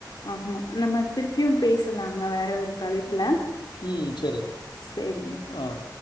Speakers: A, on the left; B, on the left.
A: ஆமா நம்ம திருப்பியு பேசலாங்க வேற ஒரு தலைப்புல
B: ம் சேரி
A: சேரிங்க
B: ஆஹ்